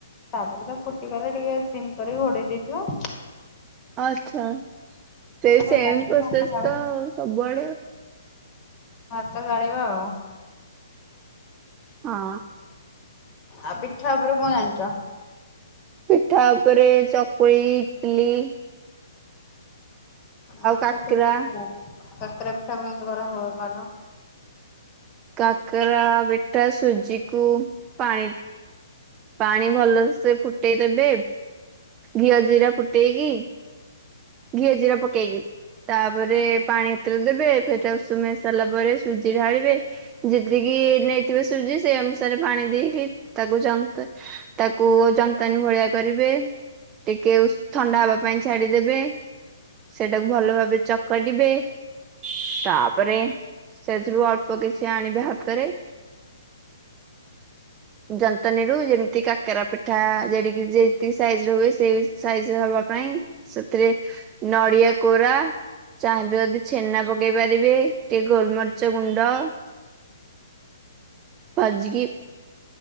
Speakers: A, on the left; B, on the right.
A: ତାପରେ ତା ଫୁଟି ଗଲେ ଟିକେ ସିମ କରିକି ଘୋଡେଇ ଦେଇଥିବ।
B: ଆଛା ସେଇ ସେମ
A: ହେଲା
B: ପ୍ପ୍ରୋସେସ
A: ଭାତ ଗାଳିବା
B: ତ ସବୁଆଡେ ଆଉ।
A: ଭାତ ଗାଳିବ ଆଉ।
B: ହଁ।
A: ଆଉ ପିଠା ଉପରେ କଣ ଜାଣିଚ?
B: ପିଠା ଉପରେ ଚକୁଳି, ଇଟଲିି
A: ଆଉ
B: କାକରା
A: ଚକୁଳି ପିଠା ଆଉ କାକରା ପିଠା କେମିତି କରାହୁଏ କହିଲ?
B: କାକରା ପିଠା ସୁଜିକୁ ପାଣି ପାଣି ଭଲସେ ଫୁଟେଇ ଦେବେ ଘିଅ ଜିରା ଫୁଟେଇକି ଘିଅ ଜୀରା ପକେଇକି। ତାପରେ ପାଣି ଏଥିରେ ଦେବେ ସେଟ ଉଷୁମାଇ ସାରିଲା ପରେ ସୁଜି ଢାଳିବେ ଯେତିକି କି ନେଇଥିବେ ସୁଜି ସେଇ ଅନୁସାରେ ପାଣି ଦେଇକି ତାକୁ ଯନ୍ତ ତାକୁ ଯନ୍ତନୀ ଭ ସେୟା କରିବେ ଟିକେ ଉଶ୍ ଥଣ୍ଡା ହବା ପାଇଁ ଛାଡିଦେବେ। ସେଟାକୁ ଭଲ ଭାବେ ଚକଟିବେ ତାପରେ ସେଥିରୁ ଅଳ୍ପ କିଛି ଆଣିବା ହାତରେ ଯନ୍ତନୀରୁୁ ଯେମିତି କାକେରା ପିଠା ଜେଡିକି ଯେତିକି ସାଇଜର ହୁଏ ସେଇ ସାଇଜ ହବା ପାଇଁ ସେଥିରେ ନଡିଆ କୋରା ଚାହିଁବେ ଯଦି ଛେନା ପକେଇ ପାରିବେ ଟିକେ ଗୋଲମରିଚ ଗୁଣ୍ଡ। ଭାଜିକି